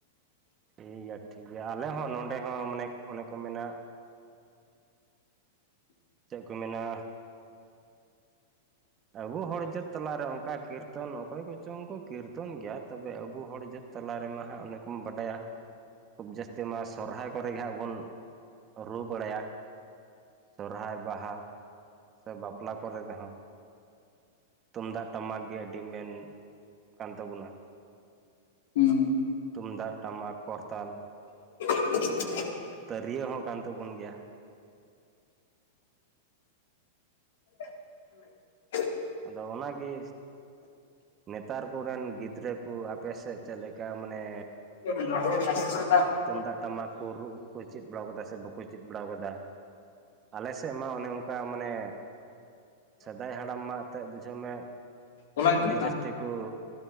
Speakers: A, on the right; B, on the left.
A: ᱴᱷᱤᱠ ᱜᱮᱭᱟ ᱴᱷᱤᱠ ᱜᱮᱭᱟ ᱟᱞᱮ ᱦᱚᱸ ᱱᱚᱸᱰᱮ ᱦᱚᱸ ᱢᱟᱱᱮ ᱚᱱᱮ ᱠᱚ ᱢᱮᱱᱟ ᱪᱮᱫ ᱠᱚ ᱢᱮᱱᱟ ᱟᱵᱚ ᱦᱚᱲ ᱡᱟᱹᱛ ᱛᱟᱞᱟᱨᱮ ᱚᱱᱠᱟ ᱠᱤᱨᱛᱚᱱ ᱚᱠᱚᱭ ᱠᱚᱪᱚᱝ ᱠᱚ ᱠᱤᱨᱛᱚᱱ ᱜᱮᱭᱟ ᱛᱚᱵᱮ ᱟᱵᱚ ᱦᱚᱲ ᱡᱟᱹᱛ ᱛᱟᱞᱟ ᱨᱮᱢᱟ ᱦᱟᱸᱜ ᱚᱱᱮ ᱠᱚᱢ ᱵᱟᱰᱟᱭᱟ ᱠᱷᱩᱵ ᱡᱟᱹᱥᱛᱤ ᱢᱟ ᱥᱚᱨᱦᱟᱭ ᱠᱚᱨᱮ ᱜᱮ ᱦᱟᱸᱜ ᱵᱚᱱ ᱨᱩ ᱵᱟᱲᱟᱭᱟ ᱥᱚᱨᱚᱦᱟᱭ ᱵᱟᱦᱟ ᱥᱮ ᱵᱟᱯᱞᱟ ᱠᱚᱨᱮ ᱨᱮᱦᱚᱸ ᱛᱩᱢᱫᱟᱜ ᱴᱟᱢᱟᱠ ᱜᱮ ᱟᱹᱰᱤ ᱢᱮᱱ ᱠᱟᱱ ᱛᱟᱵᱚᱱᱟ
B: ᱦᱮᱸ
A: ᱛᱩᱢᱫᱟᱜ ᱴᱟᱢᱟᱠ ᱠᱚᱨᱛᱟᱞ
B: <unintelligible> ᱦ
A: ᱛᱤᱨᱭᱟᱹ ᱦᱚᱸ ᱠᱟᱱ ᱛᱟᱵᱚᱱ ᱜᱮᱭᱟ
B: <unintelligible> ᱦ
A: ᱟᱫᱚ ᱚᱱᱟᱜᱮ ᱱᱮᱛᱟᱨ ᱠᱚᱨᱮᱱ ᱜᱤᱫᱽᱨᱟᱹ ᱠᱚ ᱟᱯᱮ ᱥᱮᱫ ᱪᱮᱫ ᱞᱮᱠᱟ ᱢᱟᱱᱮ
B: <unintelligible>
A: ᱛᱩᱢᱫᱟᱜ ᱴᱟᱢᱟᱠ ᱠᱚ ᱨᱩ ᱠᱚ ᱪᱮᱫ ᱵᱟᱲ ᱠᱟᱫᱟ ᱥᱮ ᱵᱟᱠᱚ ᱪᱮᱫ ᱵᱟᱲᱟ ᱠᱟᱫᱟ ᱟᱞᱮ ᱥᱮᱫ ᱢᱟ ᱚᱱᱮ ᱚᱱᱠᱟ ᱢᱟᱱᱮ ᱥᱮᱫᱟᱭ ᱦᱟᱲᱟᱢ ᱢᱟ ᱮᱱᱛᱜ ᱵᱩᱡᱷᱟᱹᱣ ᱢᱮ
B: ᱚᱱᱟ ᱜᱮᱛᱚ
A: ᱟᱹᱰᱤ ᱡᱟᱹᱥᱛᱤ ᱠᱚ